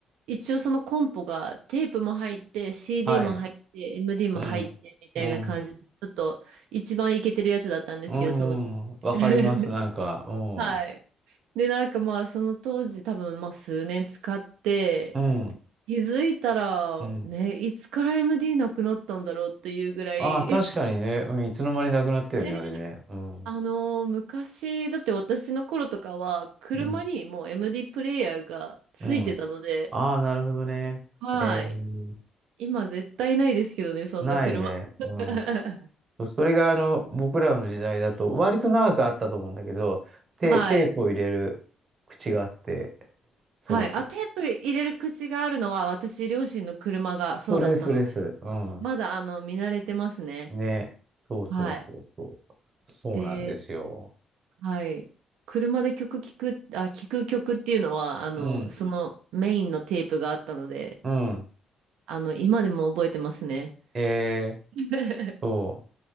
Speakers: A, on the right; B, on the right.
A: 一応そのコンポがテープも入って、CD
B: はい、
A: も入って、MD も入ってみたいな感じで、
B: うん、うん、
A: ちょっと一番イケてるやつだったんですけど、
B: うん、
A: その、
B: わかります、
A: <laughs>
B: なんか、うん、
A: はい。
B: う
A: で、なんかまあその当時多分まあ数年使って、
B: ん、
A: 気づいたら、
B: うん。
A: ね、いつから MD なくなったんだろうっていうぐらい、
B: ああ、確かにね、うん、いつの間になくなったよね、
A: ね
B: あれね。うん、
A: あのー昔、だって私の頃とかは、車にもう
B: うん、
A: MD プレイヤーがついてたので、
B: うん。ああ、なるほどね。
A: はい。
B: えー、
A: 今絶対ないですけどね、そんな車。
B: ないね。
A: <laughs>
B: うん。それが、あの、僕らの時代だと、割と長くあったと思うんだけど、テ、
A: はい。
B: テープを入れる口があって、そうそう。
A: はい。あ、テープ入れる口があるのは、私、両親の車がそうだったので、
B: それです、それです。うん。
A: まだ、あの、見慣れてますね。
B: ね。そうそうそうそ
A: はい。
B: う。そうなんですよ。
A: で、はい。車で曲聞く、あ、聞く曲っていうのは、あの、
B: うん。
A: そのメインのテープがあったので、
B: うん。
A: あの、今でも覚えてますね。
B: えー、
A: <laughs>
B: そ